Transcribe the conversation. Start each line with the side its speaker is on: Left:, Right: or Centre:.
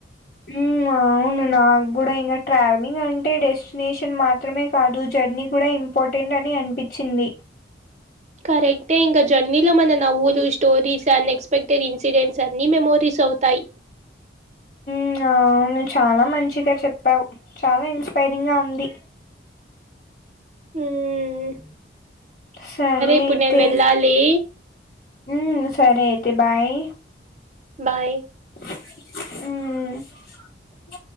Left: ఊ అవును నాకు కూడా ఇంకా ట్రావెలింగ్ అంటే డెస్టినేషన్ మాత్రమే కాదు జ జర్నీ కూడా ఇంపార్టెంట్ అని అనిపించింది
Right: కరక్ట్ ఏ ఇంకా జర్నీలో మన నవ్వులు స్టోరీస్ అన్ ఎక్స్పెక్టెడ్ ఇన్సిడెంట్స్ అన్ని మెమోరీస్ చౌతాయి
Left: ఇంగ అవును చాలా మంచిగా చెప్పావు చాలా ఇన్స్పైరింగ్గా ఉంది
Right: మ్మ్.
Left: సరే
Right: ఇప్పుడు
Left: అయితే
Right: నేను వెళ్ళాలి
Left: ఉ సరే అయితే బాయ్
Right: బాయ్
Left: హు